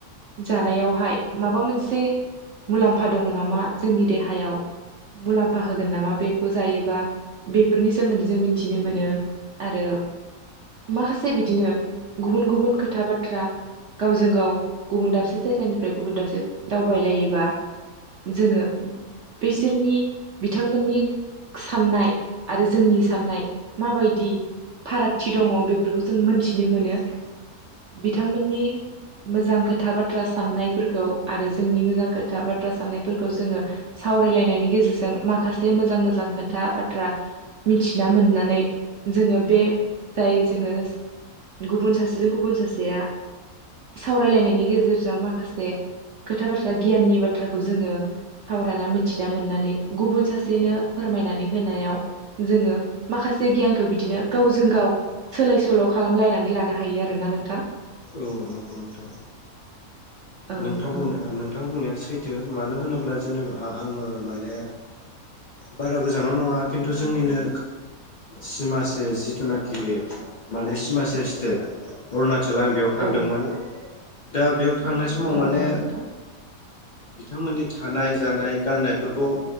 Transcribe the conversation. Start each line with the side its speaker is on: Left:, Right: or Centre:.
Right: जानायावहाय माबा मोनसे मुलाम्फा दङ नामा जोंनि देहायाव मुलाम्फा होगोन नामा बेखौ जायोबा बेफोरनि सोमोन्दै जों मिथिनो मोनो आरो माखासे बिदिनो गुबुन गुबुन खोथा बाथ्रा गावजों गाव गुबुन दाबसे जायगानिफ्राय गुबुन दाबसे दावबायलायोबा जोङो बैसोरनि बिथांमोननि साननाय आरो जोंनि साननाय माबायदि फारागथि दङ' बेफोरखौ जों मोन्थिनो मोनो।
Left: <inaudible>
Right: बिथांमोननि मोजां खोथा बाथ्रा साननायफोरखौ आरो जोंनि मोजां खोथा बाथ्रा साननायफोरखौ जोङो सावरायलायनायनि गेजेरजों माखासे मोजां मोजां खोन्था बाथ्रा मिथिना मोननानै जोङो बे जाय जोङो गुबुन सासेजों गुबुन सासेया सावरायलायनायनि गेजेरजों माखासे खोथा बाथ्रा गियाननि बाथ्राखौ जोङो सावरायना मिथिना मोननानै गुबुन सासेनो फोर फोरमायनानै होनायाव जोङो माखासे गियानखौ बिदिनो गावजों गाव सोलाय सोल' खालाम खालामलायनानै लानो हायो आरोना नोंथां।
Left: औ नंगौ नोंथां
Right: औ
Left: नोंथां
Right: नंगौ
Left: नोंथां बुंनाया सैथ जों मानो होनोब्ला जेनेबा आङो माने बारा गोजानाव नङा खिन्थु जोंनिनो सिमासे जिथुनाखि माने सिमासे स्टेट अरूणाचल। आं बेयाव थांदोंमोन
Right: औ
Left: दा बेयाव थांनाय समाव
Right: औ
Left: माने
Right: नंगौ नोंथां
Left: बिथांमोननि थानाय जानाय गाननायफोरखौ